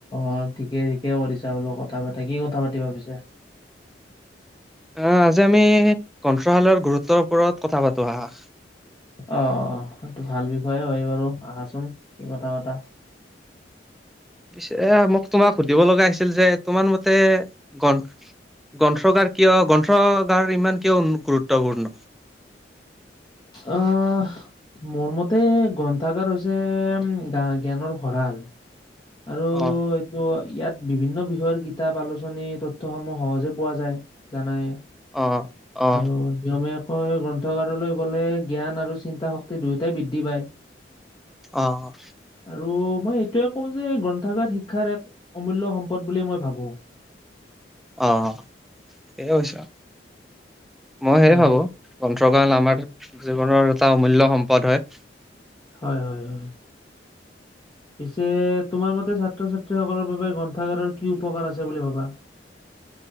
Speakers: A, on the left; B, in the centre.
A: অ' ঠিকে ঠিকে কৰিছা বোলো, কথা পাতা কি কথা পাতিবা পিছে?
B: অ' আজি আমি গ্ৰন্থালয়ৰ গুৰুত্বৰ ওপৰত কথা পাতো আহা।
A: অ', অ' সেইটো ভাল বিষয়ে হয় বাৰু, আহাচোন কি কথা পাতা।
B: পিছে এ, মোক তোমাক সুধিব লগা আছিল যে তোমাৰ মতে গ, গ্ৰন্থগাৰ কিয় গ গ্ৰন্থগাৰ ইমান‌ কিয় গুৰুত্বপূৰ্ণ?
A: অ' মোৰ মতে গ্ৰন্থাগাৰ হৈছে গা-জ্ঞানৰ ভঁৰাল। আৰু ত'
B: অ
A: ইয়াত বিভিন্ন বিষয়ৰ কিতাপ, আলোচনী, তথ্যসমূহ সহজে পোৱা যায় জানাই।
B: অ অ
A: আৰু নিয়মীয়াকৈ গ্ৰন্থগাৰলৈ গলে জ্ঞান আৰু চিন্তা শক্তি দুয়োটাই বৃদ্ধি পায়।
B: অ'।
A: আৰু মই এইটোৱে কওঁ যে গ্ৰন্থাগাৰ শিক্ষাৰ এক অমূল্য সম্পদ বুলিয়ে মই ভাবোঁ।
B: অ' সেয়ে হৈছে, মই সেয়ে
A: হয়।
B: ভাবোঁ। গ্ৰন্থাগাৰ আমাৰ জীৱনৰ এটা অমূল্য সম্পদ হয়।
A: হয় হয় হয়। পিছে তোমাৰ মতে ছাত্ৰ ছাত্ৰীসকলৰ বাবে গ্ৰন্থাগাৰৰ কি উপকাৰ আছে বুলি ভাবা?